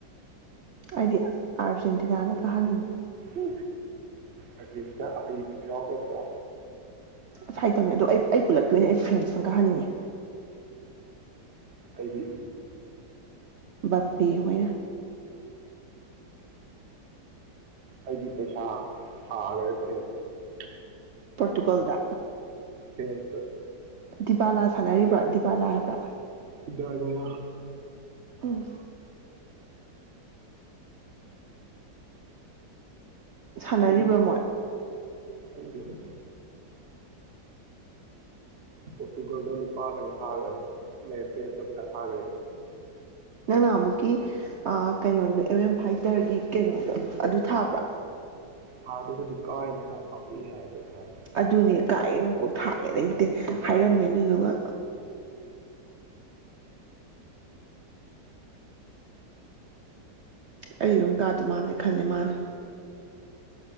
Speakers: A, on the right; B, on the right.
A: ꯑꯩꯗꯤ ꯑꯥꯔꯖꯦꯟꯇꯤꯅꯥꯅ ꯀꯥꯍꯟꯅꯤꯡꯉꯦ
B: ꯎ ꯑꯔꯖꯦꯟꯇꯤꯅ ꯑꯍꯩꯕꯁꯨ ꯌꯥꯎꯗꯕꯗꯣ
A: ꯑꯁ ꯍꯩꯇꯝꯅꯦ ꯑꯗꯣ ꯑꯩ ꯑꯩ ꯄꯨꯜꯂꯞꯀꯤ ꯑꯣꯏꯅ ꯑꯩ ꯐ꯭ꯔꯦꯟꯁꯅ ꯀꯥꯍꯟꯅꯤꯡꯉꯦ
B: ꯑꯩꯗꯤ
A: ꯕꯞꯄꯦ ꯍꯣꯏꯅ
B: ꯑꯩꯗꯤ ꯄꯩꯁꯥ ꯊꯥꯒ꯭ꯔꯦ ꯐ꯭ꯔꯦꯟꯁꯇ
A: ꯄꯣꯔꯇꯨꯒꯜꯗ
B: ꯐ꯭ꯔꯦꯟꯁꯇ
A: ꯗꯤꯕꯥꯂꯥ ꯁꯥꯟꯅꯔꯤꯕ꯭ꯔꯥ ꯗꯤꯕꯥꯂꯥ ꯍꯥꯏꯕ꯭ꯔꯥ
B: ꯁꯤꯗꯥꯏꯕꯣꯂ
A: ꯎꯝ ꯁꯥꯟꯅꯔꯤꯕ꯭ꯔꯥ
B: ꯑꯩꯗꯤ
A: ꯃꯣꯏ
B: ꯈꯪꯗꯦꯗ ꯄꯣꯔꯇꯨꯒꯜꯗ ꯂꯨꯄꯥ ꯀꯩꯅꯣ ꯊꯥꯒ꯭ꯔꯦ ꯐ꯭ꯔꯦꯟꯁꯇ ꯄꯩꯁꯥ ꯊꯥꯒ꯭ꯔꯦꯕ
A: ꯅꯪ ꯅꯍꯥꯟꯃꯨꯛꯀꯤ ꯑ ꯀꯩꯅꯣꯗꯣ ꯑꯦꯝ ꯑꯦꯝ ꯐꯥꯏꯇꯔꯒꯤ ꯀꯩꯅꯣꯗꯣ ꯑꯗꯨ ꯊꯥꯕ꯭ꯔꯥ
B: ꯊꯥꯗ꯭ꯔꯒꯁꯨ ꯀꯥꯏꯅꯦ ꯍꯥꯏꯕ ꯄꯥꯝꯃꯨꯏ ꯍꯥꯏꯕ ꯄꯩꯁꯥꯗꯣ
A: ꯑꯗꯨꯅꯦ ꯀꯥꯏꯌꯦ ꯅꯪ ꯀꯣꯛ ꯊꯥꯒꯦ ꯂꯩꯇꯦ ꯍꯥꯏꯔꯝꯃꯦ ꯑꯗꯨꯗꯨꯒ ꯑꯩ ꯑꯗꯨꯝ ꯀꯥꯗꯧ ꯃꯥꯜꯂꯦ ꯈꯜꯂꯦ ꯃꯥꯜꯂꯦ